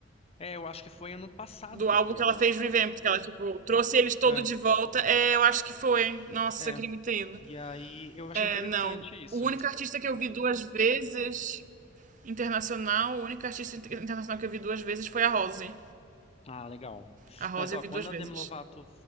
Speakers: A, on the left (about 30°); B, on the right (about 40°).
A: é, eu acho que foi ano passado
B: Do
A: que
B: álbum
A: eu vi
B: que
A: ela.
B: ela fez Revamp, que ela, tipo, trouxe eles todos
A: É,
B: de volta. É, eu acho que foi. Nossa,
A: é.
B: eu queria muito ter ido.
A: E aí eu achei
B: É,
A: interessante
B: não.
A: isso.
B: O único artista que eu vi duas vezes Internacional, a única artista inter- internacional que eu vi duas vezes foi a Rose.
A: Ah, legal.
B: A Rose
A: Mas ó,
B: eu vi
A: quando
B: duas vezes.
A: a Demi Lovato